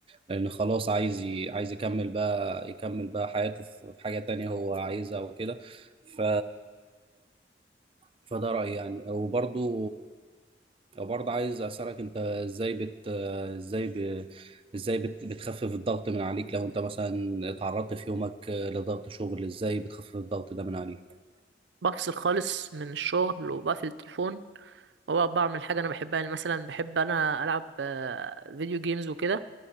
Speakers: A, on the right; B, on the right.
A: لأنه خلاص عايز ي... عايز يكمل بقى يكمل بقى حياته في في حاجة تانية هو عايزها وكده ف... فده رأيي يعني وبرضو وبرضه عايز أسألك أنت إزاي بت آه، إزاي ب... إزاي بت... بتخفف الضغط من عليك لو أنت مثلا اتعرضت في يومك آه، لضغط شغل إزاي بتخفف الضغط ده من عليك؟
B: بفصل خالص من الشغل وبقفل التليفون وبقعد بعمل حاجه انا بحبها يعني مثلا بحب انا العب آه، فيديو جيمز وكده